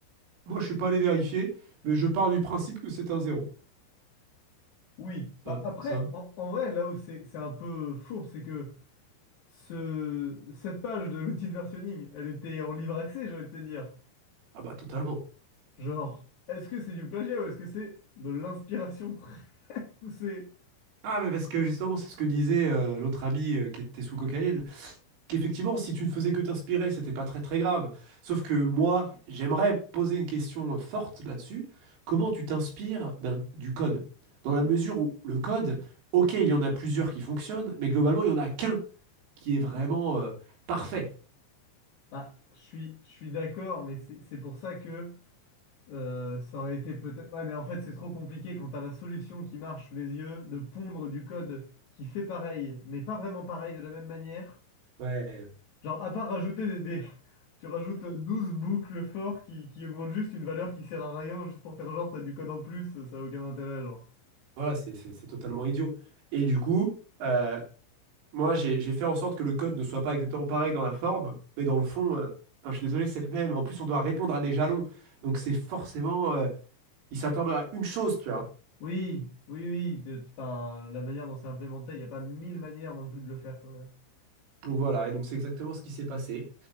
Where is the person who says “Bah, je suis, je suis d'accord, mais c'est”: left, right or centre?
Left